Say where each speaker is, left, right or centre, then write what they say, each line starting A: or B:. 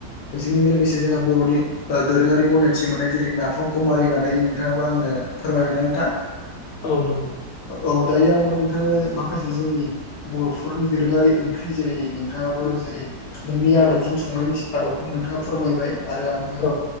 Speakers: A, on the left (about 85°); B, on the left (about 55°).
A: बेजोंनो लोगोसे जोंहा बर'नि ओ दोरोङारि गनायथि मोननाय जेरै नाफामखौ मारै बानायो नोंथाङाबो आंनो फोरमायबायना नोंथां।
B: औ नंगौ।
A: औ दायो आंबो नोंथांनो माखासे जोंनि बर'फोरनि दोरोङारि ओंख्रि। जेरै नोंथाङाबो जेरै नोंनि आदबजों संनायनि आदबखौ नोंथाङा फोरमायबाय आरो आंबो
B: औ